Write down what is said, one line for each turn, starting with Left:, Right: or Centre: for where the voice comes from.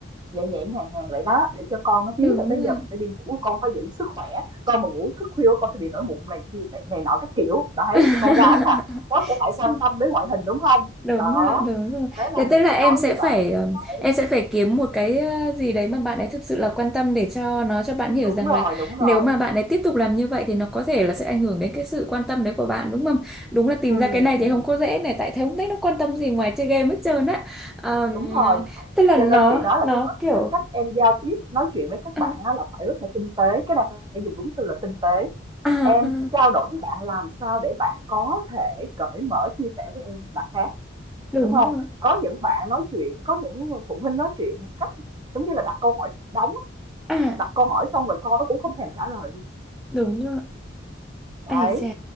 Right: nhẹ nhẹ nhàng nhàng vậy đó để cho con nó biết
Centre: đúng
Right: là tới
Centre: rồi
Right: giờ mình phải đi ngủ con phải giữ sức khỏe con mà ngủ thức khuya con sẽ bị nổi mụn này kia này, này nọ các kiểu đấy
Centre: <laughs>
Right: thì con gái là nó sẽ phải quan tâm đến ngoại hình đúng không
Centre: đúng
Right: đó
Centre: rồi đúng rồi
Right: thế là
Centre: thế
Right: mình
Centre: tức là
Right: cứ
Centre: em
Right: nói
Centre: sẽ
Right: như vậy
Centre: phải ừm,
Right: đấy.
Centre: em sẽ phải kiếm một cái ờ, gì đấy mà bạn ấy thực sự là quan tâm để cho nó cho bạn hiểu
Right: đúng
Centre: rằng
Right: rồi
Centre: là
Right: đúng rồi
Centre: nếu mà bạn ấy tiếp tục làm như vậy thì nó có thể là sẽ ảnh hưởng đến cái sự quan tâm đấy của bạn đúng không đúng là tìm
Right: ừ,
Centre: ra cái này
Right: ừ.
Centre: thì không có dễ này tại thấy không thấy nó quan tâm gì ngoài chơi game hết trơn á Ờm,
Right: đúng rồi
Centre: tức là
Right: Cho
Centre: nó
Right: nên chị nói là
Centre: nó
Right: cái cách
Centre: kiểu
Right: cái cách em giao tiếp, nói chuyện với các
Centre: <laughs>
Right: bạn
Centre: à,
Right: á là phải rất là tinh tế, cái này phải dùng đúng từ là tinh tế.
Centre: à, à,
Right: Em trao đổi với bạn làm sao để bạn có thể cởi mở chia sẻ với em là khác,
Centre: đúng
Right: đúng không?
Centre: rồi
Right: Có những bạn nói chuyện, có những phụ huynh nói chuyện một cách giống như là đặt câu hỏi đóng,
Centre: à
Right: đặt câu hỏi xong rồi con nó cũng không thèm trả lời luôn.
Centre: Đúng rồi.
Right: Đấy,
Centre: Ê chà,